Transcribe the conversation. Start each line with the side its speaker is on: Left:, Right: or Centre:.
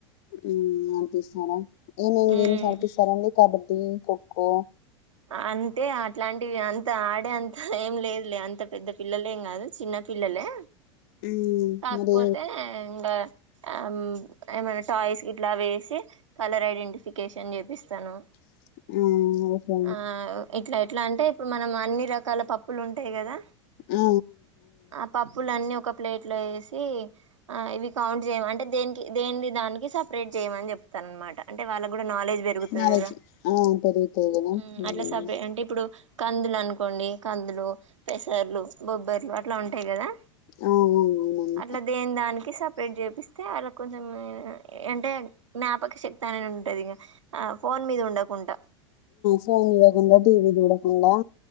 Left: ఉ అంత ఇస్తారా ఏమేం గేమ్స్
Right: మ్మ్
Left: ఆడిపిస్తారండి కబ ఖోఖో
Right: అంటే అట్లాంటివి అంతే త ఆడే అంత ఏం లేదులే అంత అంత పెద్ద పిల్లలేం కాదు చిన్న పిల్లలే
Left: ఉమ్,
Right: కాకపోతే
Left: మరి
Right: ఇ ఆ ఏమైన్నా టాయ్స్ ఇట్లా వేసి కలర్ ఐడెంటిఫికేషన్ చేపిస్తాను
Left: <unintelligible>
Right: ఆ ఇట్ల ఎట్ల అంటే ఇప్పుడు మనం అన్ని ఇన్ని రకాల పప్పులు ఉంటాయి కదా
Left: ఆ
Right: ఆ పప్పులన్నీ ఒక ప్లేట్లో ఏసి అ ఇవి కౌంట్ చే అంటే దే దే దానికి స స్ప్రేడ్ చేయమని చెప్తాననమాట అంటే వాళ్ళకు కూడా నాలెడ్జ్ పెరుగుతుంది
Left: నాలెడ్జ్
Right: కదా
Left: ఆ పెరుగుతాయి కదా
Right: ఉ
Left: ఉమ్,
Right: అట్లా సపే అంటే ఇప్పుడు కందులు అనుకోండి కందులు పెసర్లు బొబ్బర్లు అట్లా ఉంటాయి కదా
Left: ఆ ఆ, అవునండి
Right: అట్లా దేని దానికి సపరేట్ చేపిస్తే ఆళ్ళ కొంచెం అంటే జ్ఞాపక శక్తి అనేది ఉంటుంది ఇంక ఫోన్ మీద ఉండకుండా
Left: ఫోన్ ఇడ్వకుండా టీవి చూడకుండా